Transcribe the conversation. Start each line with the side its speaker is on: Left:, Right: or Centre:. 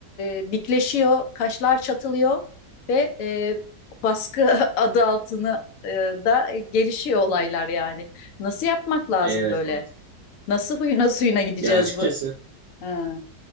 Left: e, dikleşiyor, kaşlar çatılıyor ve e, baskı <laughs> adı altını e, da gelişiyor olaylar yani. Nasıl yapmak lazım
Right: Evet
Left: böyle?
Right: maalesef.
Left: Nasıl huyuna suyuna gideceğiz
Right: Ya açıkçası
Left: bu? Ha,